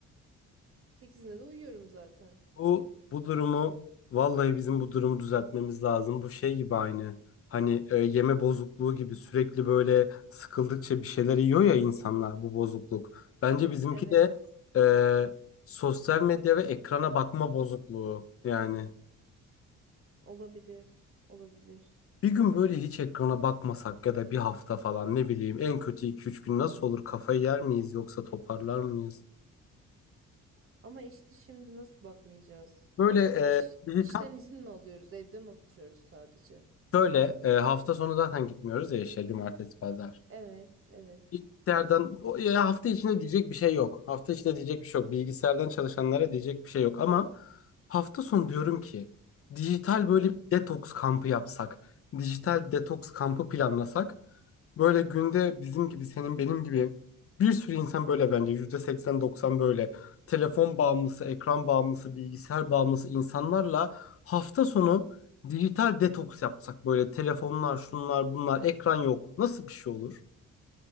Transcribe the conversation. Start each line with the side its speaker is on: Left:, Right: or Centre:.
Right: Sekizinde de uyuyorum zaten.
Left: Bu bu durumu vallahi bizim bu durumu düzeltmemiz lazım. Bu şey gibi aynı. Hani e, yeme bozukluğu gibi sürekli böyle sıkıldıkça bir şeyler yiyor ya insanlar bu bozukluk. Bence bizimki
Right: Evet.
Left: de e, sosyal medya ve ekrana bakma bozukluğu yani.
Right: Olabilir. Olabilir.
Left: Bir gün böyle hiç ekrana bakmasak ya da bir hafta falan ne bileyim en kötü iki üç gün nasıl olur? Kafayı yer miyiz yoksa toparlar mıyız?
Right: Ama işte şimdi nasıl bakmayacağız?
Left: Böyle
Right: İş,
Left: e, bizi
Right: işten
Left: tam
Right: izin mi alıyoruz? Evde mi oturuyoruz sadece?
Left: şöyle e, hafta sonu zaten gitmiyoruz ya işe cumartesi pazar.
Right: Evet, evet.
Left: Bilgisayardan o- ya hafta içinde diyecek bir şey yok. Hafta içinde diyecek bir şey yok. Bilgisayardan çalışanlara diyecek bir şey yok. Ama hafta sonu diyorum ki dijital böyle
Right: Hı.
Left: bir detoks kampı yapsak. Dijital detoks kampı planlasak. Böyle günde bizim gibi senin benim gibi bir sürü insan böyle bence yüzde seksen doksan böyle telefon bağımlısı, ekran bağımlısı, bilgisayar bağımlısı insanlarla hafta sonu dijital detoks yapsak böyle telefonlar, şunlar, bunlar, ekran yok. Nasıl bir şey olur?